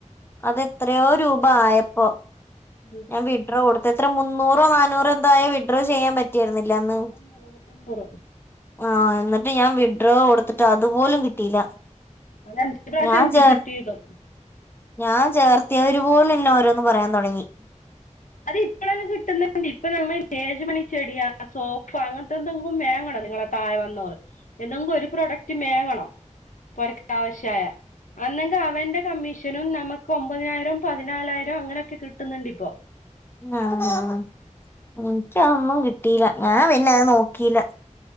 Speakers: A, on the left (about 15°); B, on the left (about 90°).
A: അതെത്രയോ രൂപ ആയപ്പോ.
B: <unintelligible>
A: ഞാൻ വിഡ്രോ കൊടുത്ത് എത്രെ മുന്നൂറോ നാനൂറോ എന്താ ആയ വിഡ്രോ ചെയ്യൻ പറ്റിയരുന്നില്ല അന്ന്.
B: നൂറ് മുന്നൂറ്.
A: ആഹ് എന്നിട്ട് ഞാൻ വിഡ്രോ കൊടുത്തിട്ട് അതുപോലും കിട്ടിയില്ല.
B: ഒരഞ്ച് പ്രാവ്യശം
A: ഞാൻ
B: എനിക്ക്
A: ചേർ
B: കിട്ടിയിള്ളു.
A: ഞാൻ ചേർത്തിയവര് പോലും എന്നെ ഓരോന്ന് പറയാൻ തുടങ്ങി.
B: അത് ഇപ്പളല്ല കിട്ടുന്നത് ന്റി ഇപ്പൊ നമ്മൾ ഏജുമണി ചെടിയാ സോപ്പ അങ്ങനത്തെ എന്തെങ്കിലും മേങ്ങണം നിങ്ങള് താഴെ വന്നോറ് എന്നെങ്കും ഒരു പ്രൊഡക്റ്റ് മേങ്ങണം പുരക്കാവശ്യായ അന്നെങ്കിൽ അവന്റെ കമ്മീഷനും നമുക്ക് ഒമ്പതിനായിരം പതിനാലായിരം അങ്ങനെയൊക്കെ കിട്ടുന്നുണ്ട് ഇപ്പോ
A: ആഹ് എനിക്കതൊന്നും കിട്ടിയില്ല ഞാൻ പിന്നെ അത് നോക്കിയില്ല.